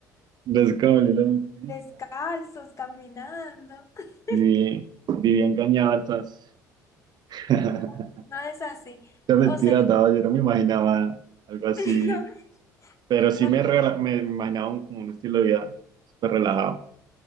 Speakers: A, on the right; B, on the left.
A: les cabalé la boquita.
B: descalzos, caminando. <laughs>
A: Viví, viví engañado entonces. <laughs> La
B: No, no es así.
A: mentira,
B: O sea,
A: no, yo no me imaginaba algo así
B: <laughs>
A: Pero sí
B: no,
A: me, rela- me imaginaba un, como un estilo de vida súper relajado.